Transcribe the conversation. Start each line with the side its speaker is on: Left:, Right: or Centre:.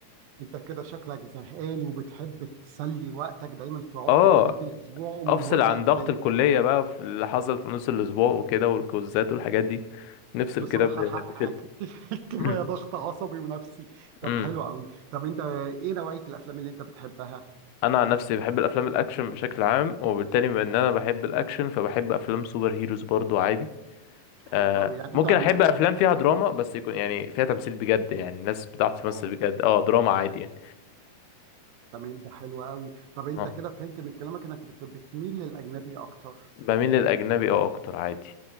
Right: انت كده شكلك زهقان وبتحب تسلي وقتك دايما في عطلة
Left: اه
Right: نهاية الاسبوع ومن
Left: افصل
Right: هواة
Left: عن
Right: الافلام
Left: ضغط الكلية بقى في اللي حصل في نص الاسبوع وكده والكوزات والحاجات دي نفصل
Right: بصراحة
Left: كده ب-
Right: حقك
Left: بفيلم
Right: <laughs> كفاية
Left: <clears throat>
Right: ضغط عصبي ونفسي طب
Left: امم
Right: حلو قوي طب انت ايه نوعية الافلام اللي انت بتحبها
Left: انا عن نفسي بحب الافلام الاكشن بشكل عام وبالتالي بما ان انا بحب الاكشن فبحب افلام سوبر هيروز برضو عادي
Right: حلو
Left: آه،
Right: قوي يعني
Left: ممكن
Right: انت ما
Left: احب
Right: فهم
Left: افلام فيها دراما بس يكون يعني فيها تمثيل بجد يعني ناس بتعرف تمثل
Right: اه
Left: بجد اه دراما عادي يعني
Right: تمام ده حلو قوي طب انت
Left: اه
Right: كده فهمت من كلامك انك بت- بتميل للاجنبي اكتر
Left: بميل للاجنبي اه اكتر عادي